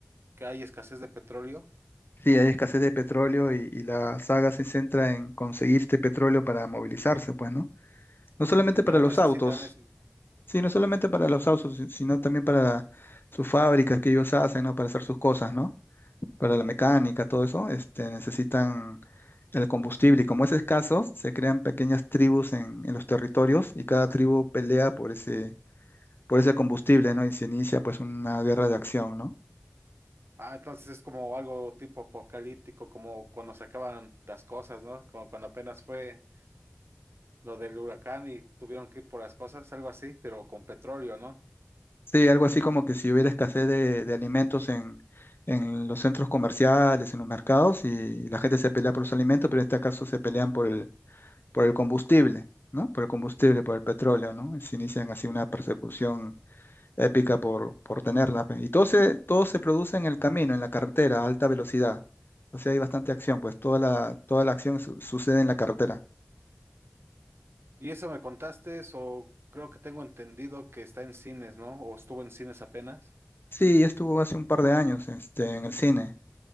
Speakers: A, on the right (about 65°); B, on the left (about 55°).
A: que hay escasez de petróleo
B: Sí, hay escasez de petróleo y, y la saga se centra en conseguir este petróleo para movilizarse, pues, ¿no? No solamente
A: y todos
B: para los
A: necesitan
B: autos,
A: eso.
B: sí, no solamente para los autos, si- sino también para sus fábricas que ellos hacen, ¿no? Para hacer sus cosas, ¿no? Para la mecánica, todo eso, este, necesitan el combustible. Y como es escaso, se crean pequeñas tribus en, en los territorios y cada tribu pelea por ese por ese combustible, ¿no? Y se inicia pues una guerra de acción, ¿no?
A: Ah, entonces es como algo tipo apocalíptico, como cuando se acaban las cosas, ¿no? Como cuando apenas fue. lo del huracán y tuvieron que ir por las cosas, algo así, pero con petróleo, ¿no?
B: Sí, algo así como que si hubiera escasez de, de alimentos en, en los centros comerciales, en los mercados, y la gente se pelea por los alimentos, pero en este caso se pelean por el, por el combustible, ¿no? Por el combustible, por el petróleo, ¿no? Y se inician así una persecución épica por, por tenerla. pues. Y todo se, todo se produce en el camino, en la carretera, a alta velocidad. O sea, hay bastante acción, pues toda la, toda la acción su- sucede en la carretera.
A: Y eso me contaste, o creo que tengo entendido que está en cines, ¿no? O estuvo en cines apenas.
B: Sí, ya estuvo hace un par de años, este, en el cine.